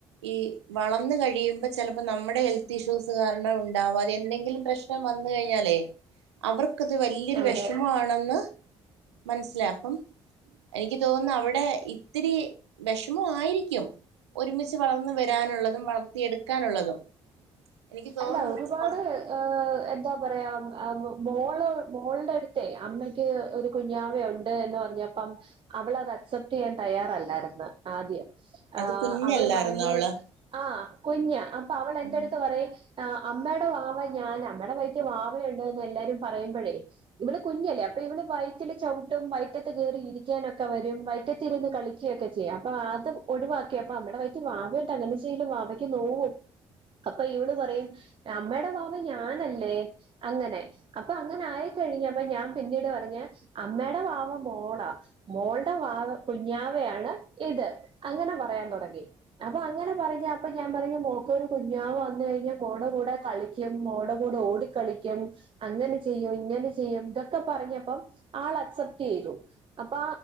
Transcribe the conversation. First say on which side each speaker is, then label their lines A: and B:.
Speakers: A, on the right (about 75°); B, on the right (about 35°).
A: ഈ വളർന്ന് കഴിയുമ്പോ ചെലപ്പോ നമ്മുടെ ഹെൽ ഇഷ്യൂസ് കാരണം ഉണ്ടാവാതെ എന്തെങ്കിലും പ്രശ്നം വന്നു കഴിഞ്ഞാലേ അവർക്കത് വലിയൊരു
B: അതെ
A: വിഷമമാണെന്ന് മനസ്സിലാക്കും എനിക്ക് തോന്നുന്നു അവിടെ ഇത്തിരി വിഷമമായിരിക്കും ഒരുമിച്ച് വളർന്ന് വരാനുള്ളതും വളർത്തിയെടുക്കാനുള്ളതും എനിക്ക് തോന്നുന്നു
B: അല്ല ഒരുപാട്
A: കൊറ
B: എഹ് എന്താ പറയാ മോള് മോളിന്റെ അടുത്തു അമ്മയ്ക്ക് ഒരു- കുഞ്ഞാവ ഉണ്ട് എന്ന് പറഞ്ഞപ്പം അവള് അത് അക്സെപ്റ്റ് ചെയ്യാൻ തയ്യാറല്ലായിരുന്നു ആദ്യം
A: അത്
B: ആഹ്
A: കുഞ്ഞല്ലായിരുന്നോ
B: അവള് പറഞ്ഞ്
A: അവള്
B: ആഹ് കുഞ്ഞ അപ്പൊ അവള് എന്റെ
A: ഉം
B: അടുത്ത് പറയും ആഹ് അമ്മയുടെ വാവ ഞാനാ അമ്മടെ വയറ്റി വാവയുണ്ട എന്ന് എല്ലാരും പറയുമ്പോഴേ- ഇവള് കുഞ്ഞല്ലേ അപ്പൊ ഇവള് വയറ്റില് ചവിട്ടും വയറ്റത്ത് കയറി ഇരിക്കാനൊക്കെ വരും വയറ്റത്തി ഇരുന്ന് കളിക്കുകയൊക്കെ- ചെയ അപ്പൊ അത് ഒഴിവാക്കി അപ്പൊ അമ്മേടെ വൈറ്റി വാവായിണ്ട് അങ്ങനെ ചെയ്യല്ല വാവയ്ക്ക് നോവും അപ്പൊ ഇവള് പറയും അമ്മയുടെ വാവ ഞാനല്ലേ അങ്ങനെ അപ്പൊ അങ്ങനെ ആയിക്കഴിഞ്ഞപ്പ ഞാൻ പിന്നീട് പറഞ്ഞ് അമ്മയുടെ വാവ മോളാ മോളുടെ വാവ കുഞ്ഞാവയാണ് ഇത് അങ്ങനെ പറയാൻ തുടങ്ങി അപ്പൊ അങ്ങനെ പറഞ്ഞ അപ്പൊ ഞാൻ പറഞ്ഞു മോക്കൊരു കുഞ്ഞാവ് വന്ന് കഴിഞ്ഞാ മോൾടെ കൂടെ കളിക്കും മോൾടെ കൂടെ ഓടിക്കളിക്കും അങ്ങനെ ചെയ്യും ഇങ്ങനെ ചെയ്യും ഇതൊക്കെ പറഞ്ഞപ്പം ആൾ അക്സെപ്റ്റ് ചെയ്തു അപ്പ